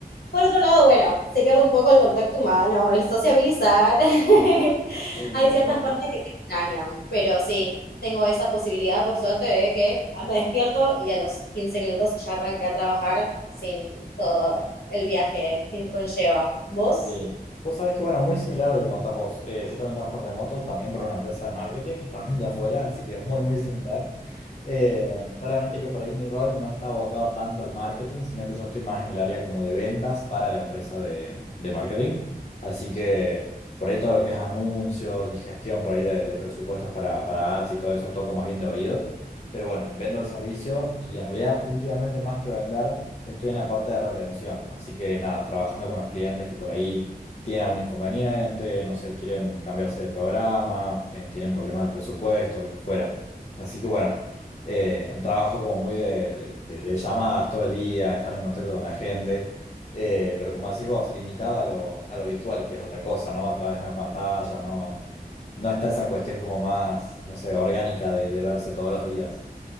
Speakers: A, on the left; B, on the left.
A: Por otro lado, bueno, se pierde un poco el contacto humano, el sociabilizar. <laughs>
B: Sí,
A: Hay
B: tal
A: ciertas
B: cual.
A: partes que se extrañan, pero sí, tengo esa posibilidad, por suerte, de que me despierto y a los 15 minutos ya arranqué a trabajar sin todo el viaje que conlleva. ¿Vos?
B: Sí. Vos sabés que, bueno, muy similar a lo que contás vos. Eh, yo también trabajo remoto, también para una empresa de marketing, <laughs> también de afuera, así que muy, muy similar. Eh, solamente que por ahí mi rol no está abocado tanto al marketing, sino que yo estoy más en el área como de ventas para la empresa de, de marketing. Así que por ahí todo lo que es anuncios y gestión por ahí de, de presupuestos para, para ads y todo eso toco más bien de oído. Pero bueno, vendo el servicio y en realidad últimamente más que vender, estoy en la parte de retención. Así que nada, trabajando con los clientes que por ahí tienen algún inconveniente, no sé, quieren cambiarse de programa, eh, tienen problemas de presupuesto, lo que fuera. Así que bueno, eh, trabajo como muy de, de- de- de llamadas todo el día, estar en contacto con la gente. eh, pero como decís vos, limitado a lo, a lo virtual, que es otra cosa, ¿no? A través de una pantalla, no, no está esa cuestión como más, no sé, orgánica de de verse todos los días.